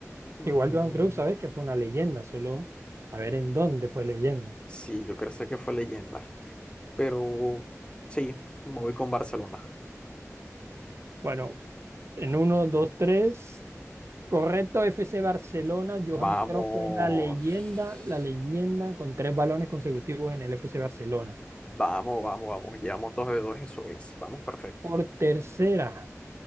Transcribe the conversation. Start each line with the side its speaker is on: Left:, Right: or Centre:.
Left: mm,
Right: Igual Johan Cruyff, sabes que fue una leyenda, solo a ver en dónde fue leyenda.
Left: sí, yo creo sé que fue leyenda. Pero sí, me voy con Barcelona.
Right: Bueno, en uno, dos, tres. Correcto, F C Barcelona. Johan
Left: Vamos.
Right: Cruyff fue la leyenda, la leyenda con tres balones consecutivos en el F C Barcelona.
Left: Vamos, vamos, vamos. Llevamos dos de dos, eso es. Vamos, perfecto.
Right: Por tercera